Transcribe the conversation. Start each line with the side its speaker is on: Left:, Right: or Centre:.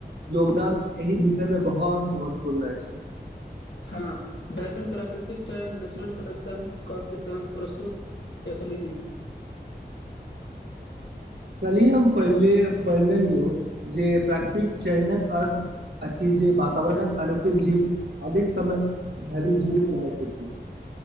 Right: योगदान एहि वि विषय मे बहुत महत्वपूर्ण अछि
Left: हँ डार्विन प्राकृतिक चयन नेचुरल सेलेक्शन कऽ सिद्धान्त प्रस्तुत एक ले नि
Right: <inaudible> काल्हि हम पढ़ले पढ़लेलियौ जे प्राकृतिक चयनक अर्थ अछि जे वातावरणक अनुकूल जीव अधिक समय धरि जीवीत रहयक छी